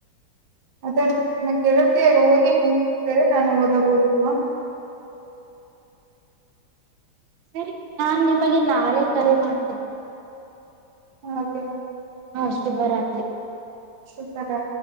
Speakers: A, on the right; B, on the right.
A: ಅದ ನನ್ನ ಗೆಳತಿಯರ್ ಓದಿ ಮುಗಿಸಿದರೆ ನಾನು ಓದಬಹುದು ಅಂದೆ
B: ಸರಿ ನಾನ್ ನಿಮಗೆ ನಾಳೆ ಕರೆ ಮಾಡ್ತೇನಿ
A: ಹ ಹಾಗೆ
B: ಹಾ ಶುಭ ರಾತ್ರಿ
A: ಶುಭ ರಾ